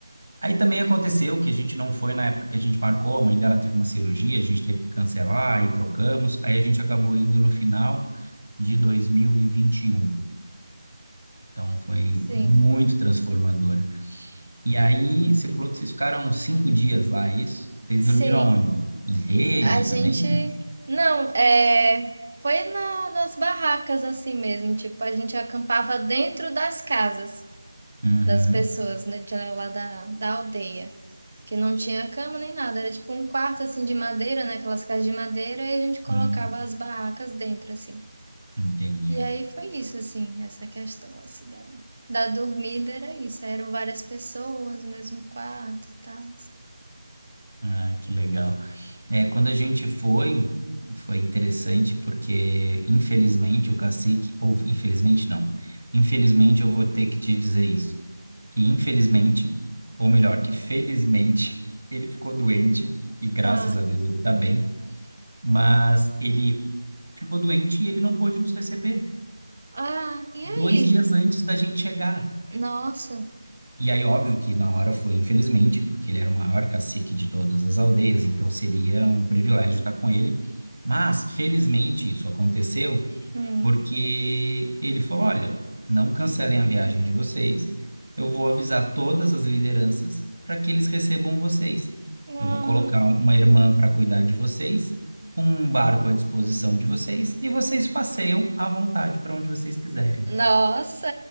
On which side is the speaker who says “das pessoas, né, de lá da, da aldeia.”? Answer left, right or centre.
Right